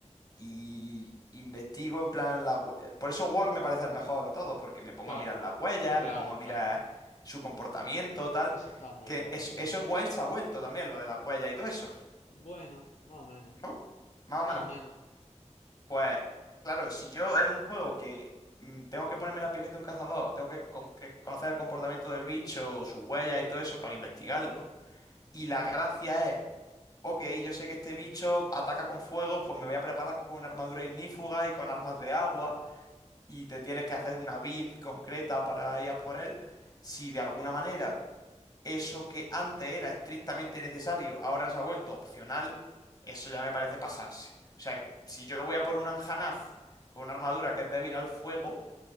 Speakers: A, on the left; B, on the left.
A: y investigo en plan la hue- Por eso Word me parece el mejor de todos, porque me pongo
B: Claro,
A: a mirar las huellas,
B: claro,
A: me pongo a mirar
B: claro.
A: su comportamiento, tal.
B: Eso está muy
A: Que
B: guapo,
A: es-
B: tío.
A: eso en Wild se ha vuelto también, lo de las huellas y todo eso,
B: Bueno, más o menos,
A: ¿no? Más
B: más
A: o menos.
B: o menos.
A: Pues claro, si yo en un juego que mm, tengo que ponerme la piel de un cazador, tengo que, com- que conocer el comportamiento del bicho, sus huellas y todo eso para investigarlo. Y la gracia es... Ok, yo sé que este bicho ataca con fuego, pues me voy a preparar con una armadura ignífuga y con armas de agua. y te tienes que hacer una build concreta para ir a por él, si de alguna manera eso que antes era estrictamente necesario ahora se ha vuelto opcional, eso ya me parece pasarse. O sea, si yo voy a por un Anjanaz con una armadura que es débil al fuego,